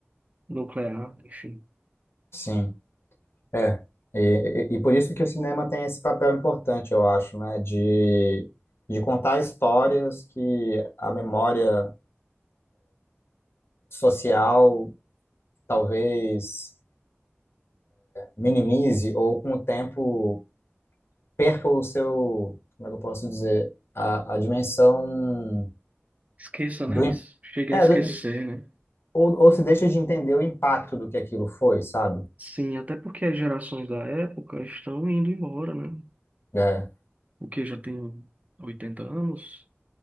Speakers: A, on the right; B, on the left.
A: nuclear, enfim.
B: Sim, é. E, e, e por isso que o cinema tem esse papel importante, eu acho, né, de de contar histórias que a memória social talvez minimize ou com o tempo perca o seu, como é que eu posso dizer, a, a dimensão
A: Esqueça, né?
B: do, im-
A: Chega
B: é,
A: a esquecer,
B: do-
A: né?
B: ou, ou se deixa de entender o impacto do que aquilo foi, sabe?
A: Sim, até porque as gerações da época estão indo embora, né?
B: É,
A: O que já tem 80 anos,